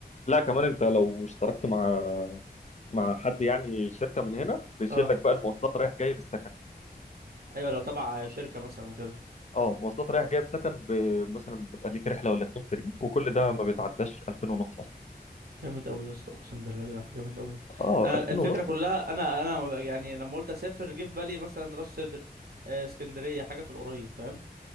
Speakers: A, on the left; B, on the right.
A: لا كمان انت لو اشتركت مع مع حد يعني شركه من هنا بيشيل
B: آه.
A: لك بقى المواصلات رايح جاي بالسكن
B: ايوه لو تبع شركه مثلا وكده
A: اه مواصلات رايح جاي بسكن ب... مثلا بيبقى ليك رحله ولا اتنين فري وكل ده ما بيتعداش 2000 ونص
B: جامد قوي يا اسطى اقسم بالله كده جامد قوي
A: اه
B: انا
A: 2000
B: الفكره
A: ونص
B: كلها انا انا ما بق- يعني لما قلت اسافر جه في بالي مثلا راس سدر آه، اسكندريه حاجه في القريب فاهم